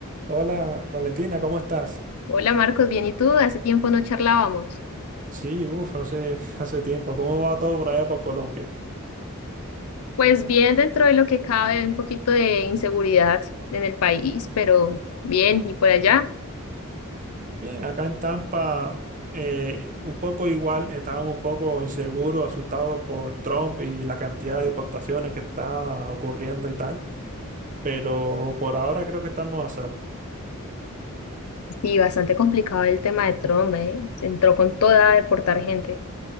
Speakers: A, on the right (about 35°); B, on the left (about 80°).
A: Hola Valentina, ¿cómo estás?
B: Hola Marcos, bien, ¿y tú? Hace tiempo no charlábamos.
A: Sí, uff, hace, <laughs> hace tiempo. ¿Cómo va todo por allá por Colombia?
B: Pues bien, dentro de lo que cabe, hay un poquito de inseguridad en el país, pero bien, ¿y por allá?
A: Bien, acá en Tampa, eh, un poco igual, estábamos un poco inseguros, asustados por Trump y la cantidad de deportaciones que está ocurriendo y tal, pero por ahora creo que estamos a salvo.
B: Sí, bastante complicado el tema de Trump, ¿eh? Se entró con toda a deportar gente.